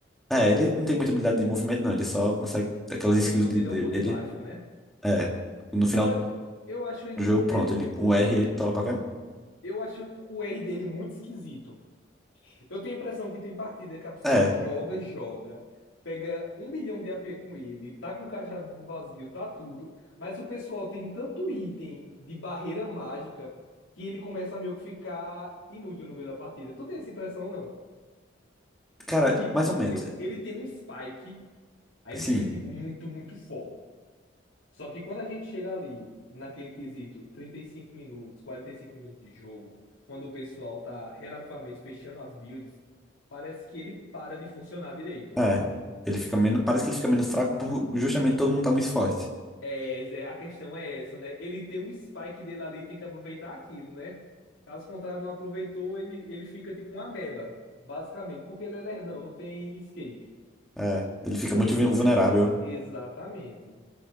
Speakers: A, in the centre; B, on the left.
A: É, ele não tem muita habilidade de movimento, não. Ele só consegue aquelas
B: A questão
A: skills de-
B: dele
A: dele.
B: é o poder mágico, né?
A: É. No final
B: Agora que eu acho ele
A: do
B: um
A: jogo,
B: boneco,
A: pronto.
B: tipo.
A: Ele com o R ele tola qualquer um.
B: Eu acho o R dele muito esquisito. Eu tenho a impressão que tem partida que a pessoa
A: É.
B: joga, joga, pega um milhão de AP com ele, tá com o cajado do vazio, tá tudo. Mas o pessoal tem tanto item de barreira mágica que ele começa a meio que ficar inútil no meio da partida. Tu tem essa impressão, ou não?
A: Cara,
B: Que, tipo,
A: mais ou menos.
B: te- ele tem um spike, aí
A: Sim.
B: ele fica, tipo, muito, muito forte. Só que quando a gente chega ali, naquele quesito, 35 minutos, 45 minutos de jogo, quando o pessoal tá relativamente fechando as builds, parece que ele para de funcionar direito.
A: É. Ele fica menos. Parece que ele fica menos fraco por justamente todo mundo tá muito forte.
B: É, Zé, a questão é essa, né? Ele tem o spike dele ali, tem que aproveitar aquilo, né? Caso contrário, não aproveitou, ele, ele fica tipo uma ameba, basicamente, porque ele é lerdão, não tem escape.
A: É. Ele fica
B: Se não
A: muito
B: tiver.
A: vu- vulnerável.
B: Exatamente.